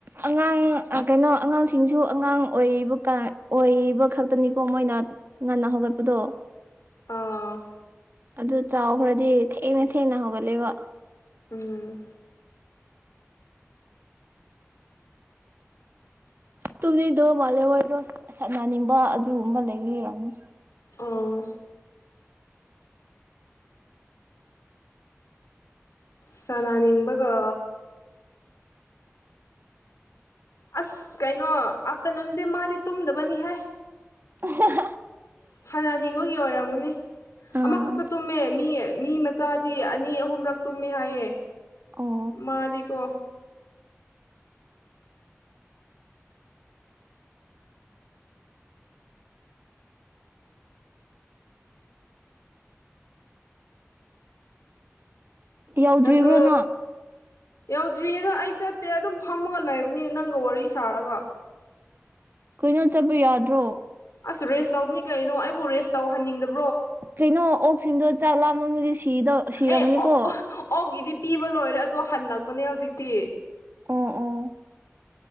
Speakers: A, on the right; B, on the left.
A: ꯑꯉꯥꯡ ꯀꯩꯅꯣ ꯑꯉꯥꯡꯁꯤꯡꯁꯨ ꯑꯉꯥꯡ ꯑꯣꯏꯔꯤꯕ ꯀꯥꯟ ꯑꯣꯏꯕ ꯈꯛꯇꯅꯤꯀꯣ ꯃꯣꯏꯅ ꯉꯟꯅ ꯍꯧꯒꯠꯄꯗꯣ
B: ꯑ‌ꯣ
A: ꯑꯗꯨ ꯆꯥꯎꯈ꯭ꯔꯗꯤ ꯊꯦꯡꯅ ꯊꯦꯡꯅ ꯍꯧꯒꯠꯂꯦꯕ
B: ꯎꯝ
A: ꯇꯨꯝꯂꯤꯗꯣ ꯃꯥꯜꯂ‌ꯦ ꯃꯥꯁꯥ ꯅꯥꯟꯅꯤꯡꯕ ꯑꯗꯨꯒꯨꯝꯕ ꯂꯩꯕꯩ ꯑꯣꯏꯔꯝꯅꯤ
B: ꯑ‌ꯣ ꯁꯅꯥꯅꯤꯡꯕꯒ ꯑꯁ ꯀꯩꯅꯣ ꯑꯥꯞꯇ꯭ꯔꯅꯨꯟꯗꯤ ꯃꯥꯗꯤ ꯇꯨꯝꯗꯕꯅꯤꯍ‌ꯦ
A: <inaudible> ꯑꯍꯥꯍꯥ
B: ꯁꯥꯟꯅꯅꯤꯡꯕꯒꯤ ꯑꯣꯏꯔꯝꯒꯅꯤ
A: ꯑꯥ
B: ꯑꯃꯈꯛꯇ ꯇꯨꯝꯃꯦ ꯃꯤ ꯃꯤ ꯃꯆꯥꯗꯤ ꯑꯅꯤ ꯑꯍꯨꯝꯔꯛ ꯇꯨꯝꯃꯤ ꯍꯥꯏꯌꯦ
A: ꯑꯣ
B: ꯃꯥꯗꯤꯀꯣ
A: ꯌꯧꯗ꯭ꯔꯤꯕ꯭ꯔꯣ
B: ꯅꯪꯁꯨ
A: ꯅꯪ
B: ꯌꯧꯗ꯭ꯔꯤꯌꯦꯗ ꯑꯩ ꯆꯠꯇꯦ ꯑꯗꯨꯝ ꯐꯝꯃꯒ ꯂꯩꯕꯅꯤ ꯅꯪꯒ ꯋꯥꯔꯤ ꯁꯥꯔꯒ
A: ꯀꯩꯅꯣ ꯆꯠꯄ ꯌꯥꯗ꯭ꯔꯣ
B: ꯑꯁ ꯔꯦꯁ ꯇꯧꯕꯅꯤ ꯀꯩꯅꯣ ꯑꯩꯕꯨ ꯔꯦꯁ ꯇꯧꯍꯟꯅꯤꯡꯗꯕ
A: ꯀꯩꯅꯣ ꯑꯣꯛꯁꯤꯡꯗꯣ ꯆꯥꯛ ꯂꯥꯝꯕꯗ ꯁꯤꯔꯝꯃꯅꯤꯀꯣ
B: ꯑꯦ ꯑꯣ ꯑꯣꯛꯒꯤꯗꯤ ꯄꯤꯕ ꯂꯣꯏꯔꯦ ꯑꯗꯣ ꯍꯜꯂꯛꯄꯅꯦ ꯍꯧꯖꯤꯛꯇꯤ
A: ꯑꯣ ꯑꯣ